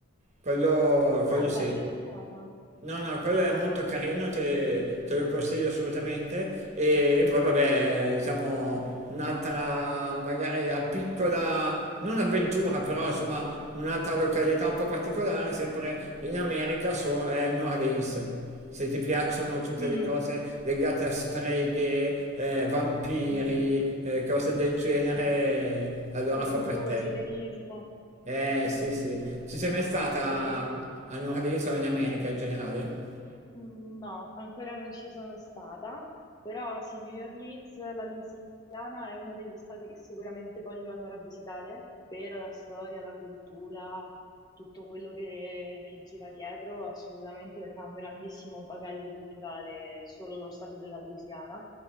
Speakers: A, on the right; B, on the left.
A: quello, quello sì.
B: beh, figata.
A: No, no, quello è molto carino, te, te lo consiglio assolutamente. E, e poi, vabbè,
B: Sì.
A: diciamo, un'altra magari a piccola, non avventura, però insomma, un'altra località un po' particolare, sempre in America, so- è New Orleans. Se ti piacciono tutte
B: Mm.
A: le cose legate a streghe, eh, vampiri,
B: Mm.
A: eh, cose del genere, allora
B: Il
A: fa
B: voodoo,
A: per te.
B: esoterismo.
A: Eh sì, sì. Ci sei mai stata
B: Sì, sì.
A: a New Orleans o in America in generale?
B: Mm, No, ancora non ci sono stata, però sì, New Orleans, la Louisiana è uno degli stati che sicuramente voglio andare a visitare per la storia, la cultura, tutto quello che, che gira dietro, assolutamente perché ha un grandissimo bagaglio culturale solo lo stato della Louisiana.